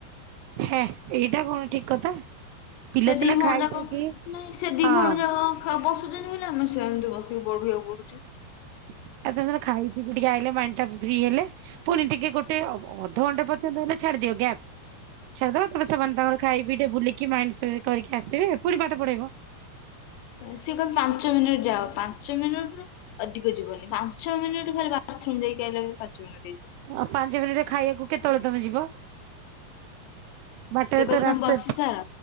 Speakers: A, on the right (about 80°); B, on the left (about 85°).
A: ହଁ ଏଇଟା କଣ ଠିକ କଥା ପିଲା
B: ସେଦି
A: ସିନା
B: ବି
A: ଖାଇ
B: ହଣ ଜାାଗ
A: ପିଇକି
B: ନାଇଁ ସେଦି
A: ହଁ
B: ବି ହଣ ଜାାଗ ବସୁଛନ୍ତି ବଲେ ଆମେ ସେମିତି ବସିକି ବଢିବାକୁ ପଢୁ
A: ଆଉ ତମେ ସ ଖାଇ ପିି ଟିକେ ଆଇଲେ ମାଇ ଟା ଫ୍ରି ହେଲେ ପୁଣି ଟିକେ ଗୋଟେ ଅଧଘଣ୍ଣ୍ଡେ ପର୍ଯ୍ୟନ୍ତ ହେଲେ ଛାଡିଦିଅ ଗ୍ୟାପ୍ ଛାଦ ତମ ସେମାନେ ତାଙ୍କର ଖାଇ ପିଇ ଟେ ବୁଲିକି ମାଇଣ୍ଡ ଫ୍ର କରିକି ଆସେ ଏୁି ପାଠ ପଢେଇବ
B: ସିଏ କଣ ପାଞ୍ଚ ମିନିଟ ଯାଅ ପାଞ୍ଚ ମିନିଟ ର ଅଧିକ ଯିବନି ପାଞ୍ଚ ମିନିଟ ଖାଲି ବାଥରୁମ ଯକି ଆ ପାଞ୍ଚ ମିନିଟ୍ ହେଇଯିବ
A: ଆଉ ପାଞ୍ଚ ମିନିଟ ଖାଇବାକୁ କେତେବେଳେ ତମେ ଯିବ ବାଟରେ
B: ସିଏ କହିବ
A: ତ
B: ତମେ
A: ରାସ୍ତା
B: ବସି ସାର